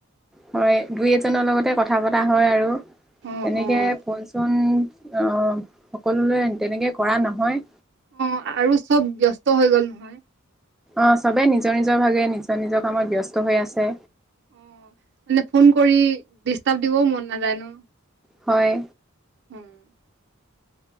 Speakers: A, in the centre; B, on the right (about 55°).
A: হয় দুই এজনৰ লগতে কথা পতা হয় আৰু
B: অ',
A: তেনেকে
B: অ',
A: ফোন - চোন অ' সকলো তেনেকে কৰা নহয়।
B: অ' আৰু চ'ব ব্যস্ত হৈ গ'ল নহয়।
A: অহ' চবেই নিজৰ নিজৰ ভাগে নিজৰ নিজৰ কামত ব্যস্ত হৈ আছে।
B: অ' মানে ফোন কৰি ডিষ্টাৰ্ব দিবও মন নাযায় ন।
A: হয়।
B: উম।